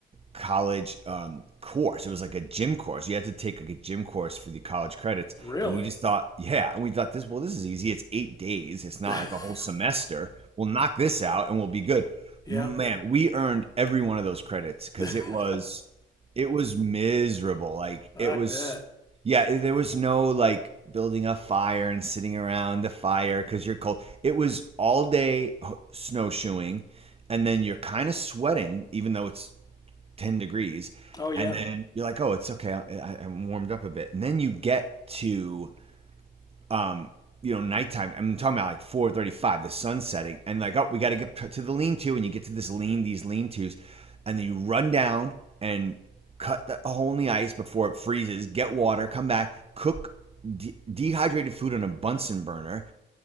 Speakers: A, on the right; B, on the left.
A: college um, course. It was like a gym course. You had to take like a gym course for the college credits,
B: really,
A: and we just thought, yeah, and we thought this well this is easy. It's eight days. It's not
B: <laughs>
A: like the whole semester. We'll knock this out, and we'll be good.
B: yeah,
A: Man, we earned every one of those credits because
B: <laughs>
A: it was it was miserable. Like
B: I
A: it was,
B: bet.
A: yeah. it- There was no like building a fire and sitting around the fire because you're cold. It was all day h- snowshoeing, and then you're kind of sweating even though it's ten degrees,
B: Oh yeah,
A: and then you're like, oh, it's okay. I, I, I'm warmed up a bit, and then you get to um, you know, nighttime. I'm talking about like 4:35, the sun setting, and like, oh, we got to get to the lean-to, and you get to this lean, these lean-tos, and then you run down and cut the hole in the ice before it freezes. Get water, come back, cook de- dehydrated food on a Bunsen burner,